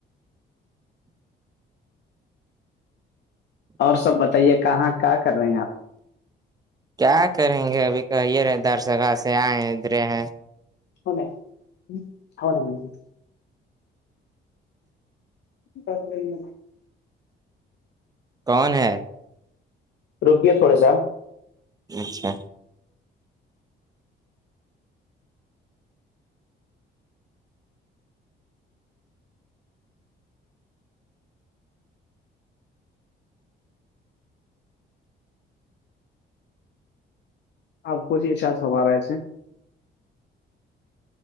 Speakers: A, on the left (about 60°); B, on the right (about 20°).
A: اور سب بتائیے کہاں کیا کر رہے ہیں آپ
B: کیا کریں گے ابھی کہیے رہے دار سگا سے آئے ہیں ادھرے ہیں
A: اولےنا بسلا
B: کون ہے
A: روکیے تھوڑا سا
B: اچھا
A: آپ کو ج اشاج ہوارا ایسے